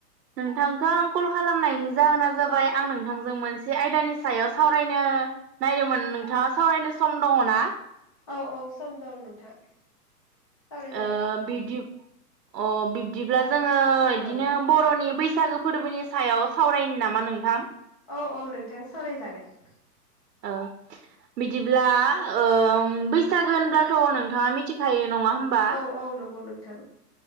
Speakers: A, on the right (about 80°); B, on the left (about 20°).
A: नोंथांखौ आ कल खालामनायनि जाहोना जाबाय
B: औ
A: आं नोंथांजों मोनसे आयदानि सायाव सावरायनो नायदोंमोन नोंथाङा सावरायनो सम दङना
B: औ औ सम दं नोंथां सावरायजागोन
A: ओ बिब्दि अ बिब्दिब्ला जोङो इदिनो
B: औ
A: बर'नि बैसागो फोरबोनि सायाव सावरायनि नामा नोंथां
B: औ औ नोंथां सावरायजागोन
A: ओ बिदिब्ला ओम बैसागोहोनब्लाथ' नोंथाङा मिथिखायो नङा होमबा
B: औ औ नंगौ नोंथां